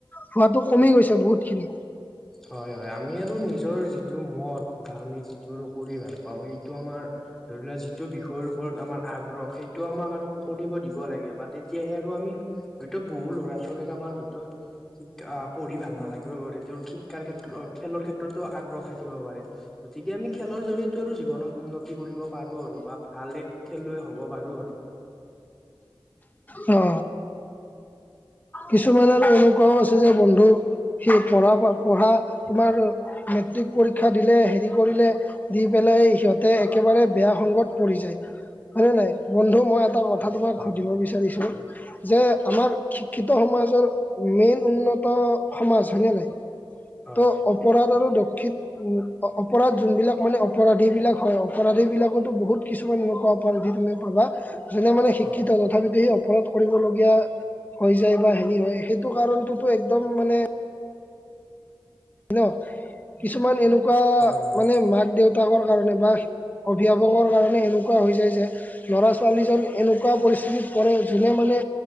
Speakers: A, on the left; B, in the centre.
A: হোৱাটো কমি গৈছে বহুতখিনি।
B: হয় হয় আমি আৰু নিজৰ যিটো মত বা আমি যিটো কৰি ভাল বা সেইটো আমাৰ ধৰি লোৱা যিটো বিষয়ৰ ওপৰত আমাৰ আগ্ৰহ সেইটো আমাক আৰু কৰিব দিব লাগে বা তেতিয়াহে আৰু আমি হয়টো বহু ল'ৰা ছোৱালীৰ আমাৰ হয়তো শিক পঢ়ি ভাল নালাগিব তেওঁৰ শিক্ষাৰ ক্ষেত্ৰত খেলৰ ক্ষেত্ৰতো আগ্ৰহ থাকিব পাৰে গতিকে আমি খেলৰ জৰিয়তে আৰু জীৱনত উন্নত কৰিব পাৰোঁ আৰু বা ভালে খেলুৱৈ হ'ব পাৰোঁ আৰু
A: অ কিছুমান আৰু এনেকুৱাও আছে যে বন্ধু সেই পঢ়া পঢ়া তোমাৰ মেট্ৰিক পৰীক্ষা দিলে হেৰি কৰিলে দি পেলাই সিহঁতে একেবাৰে বেয়া সংগত পৰি যায় হয়নে নাই বন্ধু মই এটা কথা কথাটো মই
B: হয়
A: সুধিব বিচাৰিছোঁ
B: হয়
A: যে আমাৰ এইটো সমাজৰ মেইন উন্নত সমাজ হয়নে নাই।
B: হয়
A: ত অপৰাধ আৰু দক্ষিণ উম অপৰাধ যোনবিলাক মানে অপৰাধী বিলাক হয় অপৰাধী বিলাকতো বহুত কিছুমান এনেকুৱা কোৱালিতি তুমি পাবা, যোনে মানে শিক্ষিত
B: হয়
A: তথাপিতো সি অপৰাধ কৰিবলগীয়া হৈ যায় বা হেৰি হয়, সেইটো কাৰণটোতো একদম মানে ন, কিছুমান এনেকুৱা
B: হয় হয়
A: মানে মাক দেউতাকৰ কাৰণে বা অভিভাৱকৰ কাৰণে এনেকুৱা হৈ যায় যে ল'ৰা ছোৱালীজন এনেকুৱা পৰিস্থিতিত পৰে যোনে মানে,